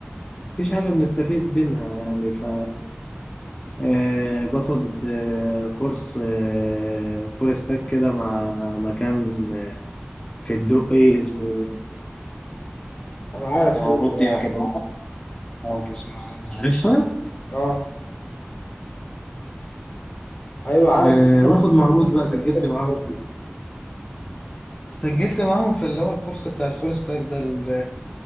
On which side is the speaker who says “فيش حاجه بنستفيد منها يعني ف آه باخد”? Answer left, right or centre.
Left